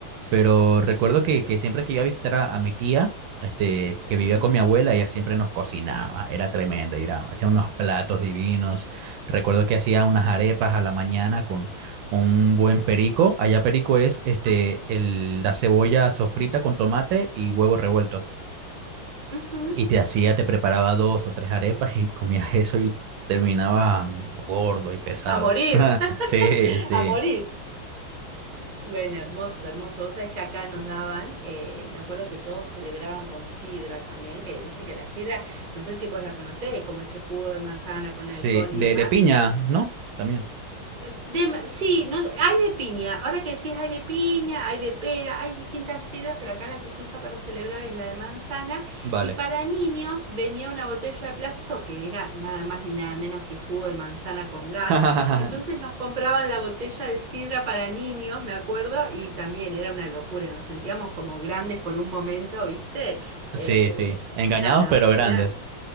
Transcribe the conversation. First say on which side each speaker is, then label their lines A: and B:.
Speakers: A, on the right; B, on the right.
A: Pero recuerdo que, que siempre que iba a visitar a, a mi tía, este, que vivía
B: Ujú.
A: con mi abuela, ella siempre nos cocinaba, era tremendo, y era, hacía unos platos divinos. Recuerdo que hacía unas arepas a la mañana con un buen perico. Allá perico es este,
B: Ah,
A: el, la cebolla sofrita con tomate y huevo revuelto.
B: ujú.
A: Y te hacía, te preparaba dos o tres arepas y <laughs> comías eso y terminaba mm, gordo y pesado.
B: A morir,
A: <laughs>
B: <laughs>
A: Sí, sí,
B: a morir. Bueno, hermoso, hermoso. Vos sabés que acá nos daban, eh, me acuerdo que todos celebraban con sidra también, que viste que la sidra, no sé si vos la conocés, como ese jugo de manzana con
A: sí.
B: alcohol
A: De,
B: y demás,
A: de piña, ¿no? También.
B: de- sí, no, hay de piña. Ahora que decís hay de piña, hay de pera, hay distintas sidras, pero acá la que se usa para celebrar es la de manzana.
A: Vale.
B: Y para niños venía una botella de plástico que era nada más ni nada menos que jugo de manzana con gas.
A: <laughs>
B: Entonces nos compraban la botella de sidra para niños, me acuerdo, y también era una locura. Nos sentíamos como grandes por un momento, ¿viste? Eh,
A: Sí, sí, engañados
B: no, no,
A: pero grandes.
B: era...